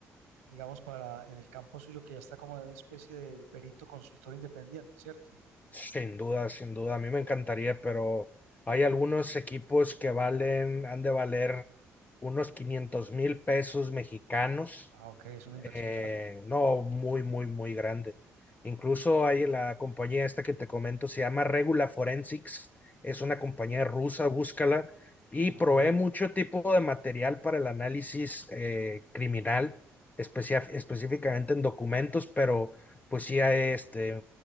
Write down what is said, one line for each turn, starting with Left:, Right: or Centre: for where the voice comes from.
Right: digamos, para en el campo suyo que ya está como en una especie de, de perito consultor independiente, ¿cierto?
Left: Sin duda, sin duda, a mí me encantaría, pero hay algunos equipos que valen, han de valer unos 500 mil pesos mexicanos
Right: Ah, ok, es una inversión
Left: eh,
Right: grande.
Left: no muy, muy, muy grande. Incluso hay la compañía esta que te comento, se llama Regula Forensics, es una compañía rusa, búscala, y
Right: Ok,
Left: provee mucho tipo de material para el análisis eh, criminal, especia- específicamente en documentos, pero pues sí, hay, este,